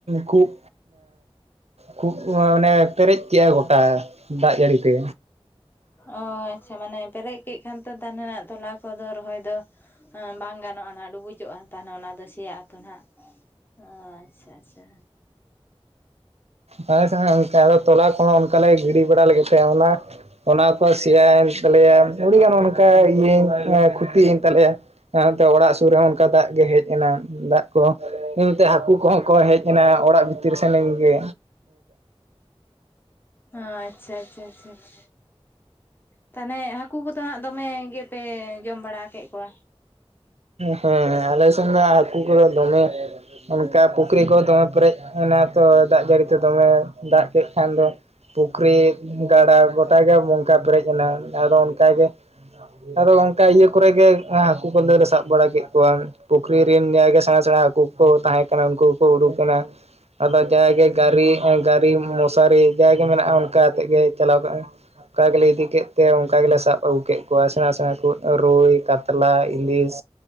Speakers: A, on the right; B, on the left.
A: ᱠᱷᱩᱵ ᱠᱷᱩᱵ ᱢᱟᱱᱮ ᱯᱮᱨᱮᱡ ᱠᱮᱜᱟᱭ ᱜᱚᱴᱟ ᱫᱟᱜ ᱡᱟᱹᱲᱤᱛᱮ᱾
B: ᱚ ᱟᱪᱪᱷᱟ ᱢᱟᱱᱮ ᱯᱮᱨᱮᱡ ᱠᱮᱫ ᱠᱷᱟᱱ ᱛᱚ ᱛᱟᱦᱮᱱᱟ ᱛᱚᱞᱟ ᱠᱚᱫᱚ ᱨᱚᱦᱚᱭ ᱫᱚ ᱵᱟᱝ ᱜᱟᱱᱚᱜᱼᱟ ᱱᱟᱜ ᱰᱩᱵᱩᱡᱚᱜᱼᱟ ᱛᱟᱦᱚᱞᱮ ᱚᱱᱟ ᱫᱚ ᱥᱮᱭᱟᱜ ᱟᱛᱚ ᱱᱟᱜ᱾ ᱟᱪᱪᱷᱟ ᱟᱪᱪᱷᱟ᱾
A: ᱦᱮᱸᱥᱮ ᱚᱱᱠᱟ ᱟᱫᱚ ᱛᱚᱞᱟ ᱠᱚᱦᱚᱸ ᱚᱱᱠᱟᱞᱮ ᱜᱤᱰᱤ ᱵᱟᱲᱟ ᱞᱟᱹᱜᱤᱫ ᱛᱮ ᱚᱱᱟ ᱚᱱᱟ ᱥᱭᱟᱭᱮᱱ ᱛᱟᱞᱮᱭᱟ ᱟᱹᱰᱤᱜᱟᱱ ᱚᱱᱠᱟ ᱤᱭᱟᱹᱧ ᱠᱷᱚᱛᱤᱭᱮᱱ ᱛᱟᱞᱮᱭᱟ᱾ ᱦᱟᱸᱛᱮ ᱚᱲᱟᱜ ᱥᱩᱨ ᱨᱮᱦᱚᱸ ᱚᱱᱠᱟ ᱫᱟᱜ ᱜᱮ ᱦᱮᱡ ᱮᱱᱟ ᱫᱟᱜ᱾ ᱮᱢᱛᱮ ᱦᱟᱹᱠᱩ ᱠᱚᱦᱚᱸ ᱠᱚ ᱦᱮᱡ ᱮᱱᱟ ᱚᱲᱟᱜ ᱵᱷᱤᱛᱤᱨ ᱥᱮᱱ ᱜᱮ᱾
B: ᱚ ᱟᱪᱪᱷᱟ ᱟᱪᱪᱷᱟ ᱟᱪᱷ ᱛᱟᱦᱚᱞᱮ ᱦᱟᱠᱩ ᱠᱚᱫᱚ ᱦᱟᱸᱜ ᱫᱚᱢᱮ ᱜᱮᱯᱮ ᱡᱚᱢ ᱵᱟᱲᱟ ᱠᱮᱫ ᱠᱚᱣᱟ᱾
A: ᱦᱮᱸ ᱟᱞᱮ ᱥᱮᱱ ᱫᱚ ᱦᱟᱠᱩ ᱠᱚᱫᱚ ᱫᱚᱢᱮ ᱚᱱᱠᱟ ᱯᱩᱠᱷᱨᱤ ᱠᱚ ᱫᱚᱢᱮ ᱯᱮᱨᱮᱡ ᱮᱱᱟ ᱛᱚ ᱫᱟᱜ ᱡᱟᱹᱲᱤ ᱛᱮ ᱫᱚᱢᱮ ᱫᱟᱜ ᱠᱮᱫ ᱠᱷᱟᱱ ᱫᱚ ᱯᱩᱠᱷᱨᱤ ᱜᱟᱰᱟ ᱜᱚᱴᱟ ᱜᱮ ᱱᱚᱱᱠᱟ ᱯᱮᱨᱮᱡ ᱮᱱᱟ ᱾ᱟᱫᱚ ᱚᱱᱠᱟ ᱜᱮ ᱟᱫᱚ ᱚᱱᱠᱟ ᱤᱭᱟᱹ ᱠᱚᱨᱮ ᱜᱮ ᱦᱟᱹᱠᱩ ᱠᱚ ᱠᱚ ᱥᱟᱵ ᱵᱟᱲᱟ ᱠᱮᱫ ᱠᱚᱣᱟ ᱯᱩᱠᱷᱨᱤ ᱨᱮᱱ ᱡᱟᱭᱜᱟ ᱥᱮᱬᱟ ᱥᱮᱬᱟ ᱦᱟᱹᱠᱩ ᱠᱚ ᱛᱟᱦᱮᱸ ᱠᱟᱱᱟ ᱩᱱᱠᱩ ᱠᱚᱠᱚ ᱩᱰᱩᱠ ᱮᱱᱟ᱾ ᱟᱫᱚ ᱡᱟᱜᱮ ᱜᱟᱨᱤ-ᱜᱟᱨᱤ ᱢᱚᱥᱟᱨᱤ ᱡᱟᱜᱮ ᱢᱮᱱᱟᱜᱼᱟ ᱚᱱᱠᱟ ᱟᱛᱮᱫ ᱜᱮ ᱪᱟᱞᱟᱣ ᱠᱟᱜᱼᱟ᱾ ᱚᱱᱠᱟ ᱜᱮᱞᱮ ᱤᱫᱤ ᱠᱮᱫ ᱛᱮ ᱚᱱᱠᱟ ᱜᱮᱞᱮ ᱥᱟᱵ ᱟᱹᱜᱩ ᱠᱮᱫ ᱠᱚᱣᱟ ᱥᱮᱬᱟ ᱥᱮᱬᱟ ᱠᱚ ᱨᱩᱭ, ᱠᱟᱛ ᱠᱟᱛᱞᱟ, ᱤᱝᱞᱤᱥ,